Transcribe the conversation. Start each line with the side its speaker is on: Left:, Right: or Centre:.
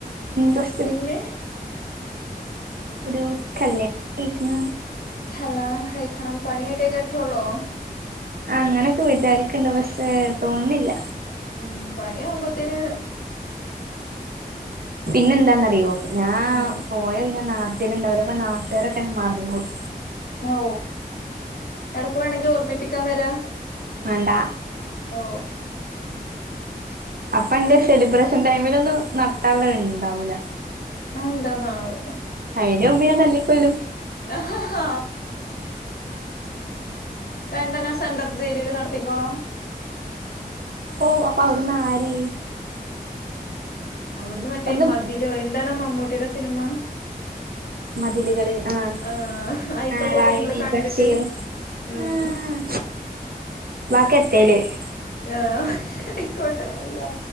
Right: എന്റെസ്റ്റ്ന്.
Left: പിന്നെ
Right: ഒരു കല്യാണംകൈയിക്ണ.
Left: കല്യാണം കയിക്കണം പണിയായിട്ടേ കെട്ടുള്ളോ.
Right: ആ അങ്ങനെഒക്കെ വിചാരിക്ണ്ട് പക്ഷേ തോന്നിണില്ല.
Left: ഉം പണിയാവുമ്പോത്തേന്
Right: പിന്നെന്താന്നറിയോ ഞാ
Left: ഉം
Right: പോയ പിന്നെ നാട്ടിലുണ്ടാവൂല അപ്പൊ നാട്ടുകാരൊക്കെെ മാറന്നോവും.
Left: ഓ എടക്ക് വേണെങ്കി ഓർമ്മിപ്പിക്കാൻ വരാ.
Right: വേണ്ട
Left: ഓ.
Right: അപ്പൊ എന്റെ സെലിബ്രേഷൻ ടൈമിലൊന്നും നടത്താൻ ത്ണ്ടാവൂല.
Left: ആഎന്താ നാവോ.
Right: അയിന്റെ മുമ്പ് ഞാൻ തല്ലി കൊല്ലു.
Left: ആ ഹാഹാ. വേണ്ട ഞാൻ സെൻന്റർ ജയിലിൽ നടത്തിക്കോ. ളാ.
Right: ഓ അപ്പൊ അവിടുന്ന് ആര്.
Left: അവിടന്ന് മറ്റേ
Right: അവിടുന്ന്
Left: മതിലോ എന്താണാ മമ്മൂട്ടിയുടെ സിനിമ.
Right: മതിലുകള് ആഹ്
Left: ആഅയിത്ത
Right: നാരായണി
Left: പോലെ ഞങ്ങൾകണ്ടിട്ട്.
Right: ബഷീർ
Left: ഇം
Right: ആഹ് <unintelligible>
Left: ഹ ആയിക്കോട്ടെ അള്ളാ.